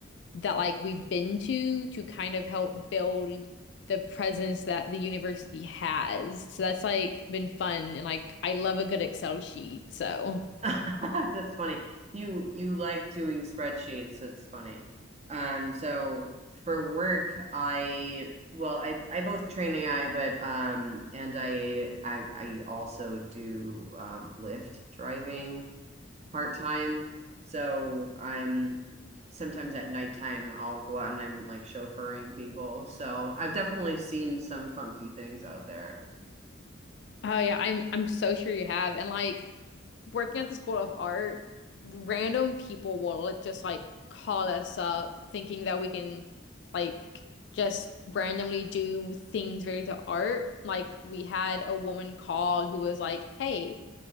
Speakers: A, on the left; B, on the right.
A: that like we've been to to kind of help build the presence that the university has. So that's like been fun and like I love a good Excel sheet. So
B: <laughs> That's funny. You you like doing spreadsheets. That's funny. Um, so for work, I well, I I both train AI, but um, and I I I also do um Lyft driving part time. So I'm sometimes at nighttime I'll go out and I'm like chauffeuring people. So I've definitely seen some funky things out there.
A: oh yeah, I'm I'm so sure you have. And like working at the School of Art, random people will like, just like call us up thinking that we can like just randomly do things related to art. Like we had a woman call who was like, "Hey,